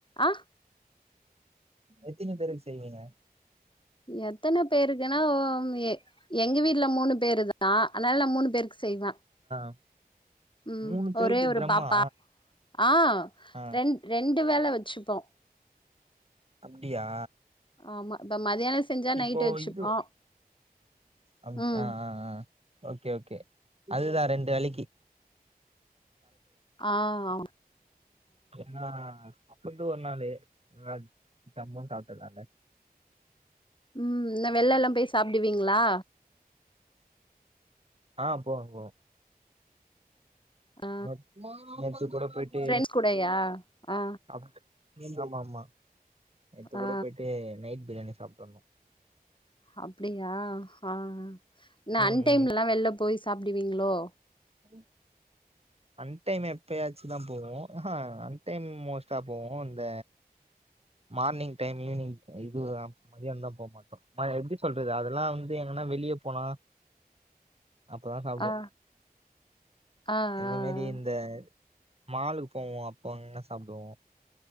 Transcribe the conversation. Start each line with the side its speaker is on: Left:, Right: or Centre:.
Left: ஆ
Right: எத்தின பேருக்கு செய்வீங்க
Left: எத்தனப் பேருக்குனா ஓம் எ எங்க வீட்ல மூணு பேரு தா அதனால நா மூணு பேருக்கு செய்வ
Right: <inaudible>
Left: ம்
Right: மூணு பேருக்கு
Left: ஒரே ஒரு
Right: ட்ரம்மா
Left: பாப்பா ஆ
Right: ஆ
Left: ரெண் ரெண்டு வேள வச்சுப்போ
Right: அப்டியா
Left: ஆமா இப்ப மதியான செஞ்சா
Right: இப்போ
Left: நைட்டு வச்சுப்போ
Right: இது அப்
Left: ம்
Right: ஆ ஆ ஆ ஓகே ஓகே அதுதா ரெண்டு வேளக்கி
Left: ஆ ஆ
Right: ஏனா அப்பருந்து ஒருநாளு நா ஜம்முன் சாப்பட்டதால
Left: ம் இன்ன வெள்லலா போய் சாப்டுவீங்ளா
Right: ஆ போவோ போவோ
Left: ஆ
Right: நேத் நேத்து கூட போயிட்டு
Left: ஃப்ரெண்ட்ஸ் கூடயா ஆ
Right: சாப்ட்டு ஆமாம்மா நேத்து
Left: ஆ
Right: கூட போயிட்டு நைட் பிரியாணி சாப்ட்டு வந்தோ
Left: அப்டியா ஹா என்ன
Right: ம்
Left: அன் டைம்லலா
Right: ம்
Left: வெள்ல போய் சாப்டுவீங்ளோ
Right: ம் அன் டைம் எப்பயாச்சும் தா போவோம் அஹா அன் டைம் மோஸ்டா போவோ இந்த மார்னிங் டைம் ஈவினிங் இது மதியானம் தா போமாட்டோ எப்டி சொல்றது அதெல்லா வந்து எங்கனா வெளிய போனா அப்பதா சாப்டுவோ
Left: ஆ ஆ ஆ
Right: இந்த மாரி
Left: ஆ
Right: இந்த மாலுக்கு போவோ அப்போ அங்க சாப்புடுவோ